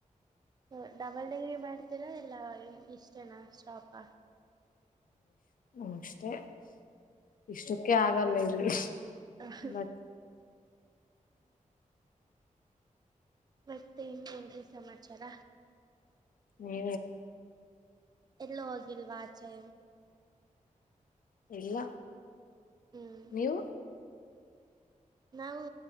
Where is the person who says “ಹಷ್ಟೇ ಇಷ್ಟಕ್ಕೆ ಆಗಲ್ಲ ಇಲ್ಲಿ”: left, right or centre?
Left